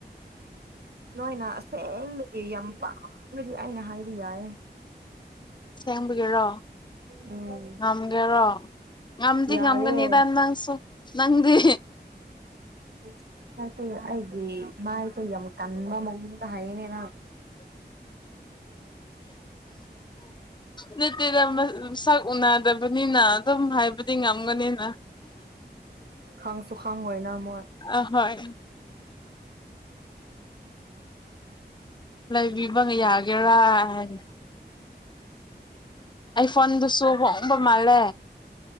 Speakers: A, on the right (about 65°); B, on the left (about 25°).
A: ꯅꯣꯏꯅ ꯑꯁꯦꯡꯕꯗꯤ ꯌꯥꯝ ꯄꯥꯝꯅꯗꯤ ꯑꯩꯅ ꯍꯥꯏꯕ ꯌꯥꯏꯦ
B: ꯁꯦꯝꯦꯡꯕꯒꯤꯦꯔꯣ
A: ꯎꯝ
B: ꯉꯝꯒꯦꯔꯣ ꯉꯝꯗꯤ
A: ꯌꯥꯏꯌꯦ
B: ꯉꯝꯒꯅꯤꯗꯥ ꯅ ꯁ ꯅꯪꯗꯤ
A: ꯍꯣꯏ ꯀꯁ ꯑꯩꯒꯤ ꯃꯥꯥꯏꯁꯦ ꯌꯥꯝ ꯀꯟꯕ ꯃꯑꯣꯡꯗ ꯍꯥꯏꯅꯦꯅ
B: ꯅꯠꯇꯦꯗ ꯁꯛ ꯎꯅꯗꯕꯅꯤꯅ ꯑꯗꯨꯝ ꯍꯥꯏꯕꯗꯤ ꯉꯝꯒꯅꯤꯅ
A: ꯍꯪꯁ ꯁꯨꯁꯥꯡ ꯑꯣꯏꯅ ꯃꯣꯏ
B: ꯑꯍꯣꯏ ꯂꯩꯕꯤꯕ ꯌꯥꯒꯦꯔꯥ ꯍꯥꯏ ꯑꯩ ꯐꯣꯟꯗꯨꯁꯨ ꯍꯝꯕ ꯃꯥꯜꯂꯦ